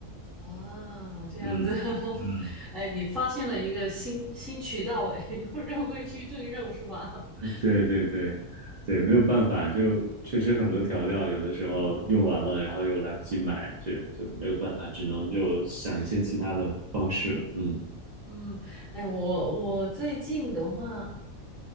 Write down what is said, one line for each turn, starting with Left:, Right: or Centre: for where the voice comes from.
Centre: 啊，这样子，
Right: 嗯嗯，
Centre: <laughs> 哎，你发现了一个新新渠道哎，<laughs> 用肉桂去炖肉是吧？
Right: 对对对对，
Centre: 嗯
Right: 没有办法，就确实很多调料有的时候用完了，然后又来不及买，就就没有办法，只能就想一些其他的方式了。
Centre: 是，
Right: 嗯
Centre: 嗯，哎，我我最近的话，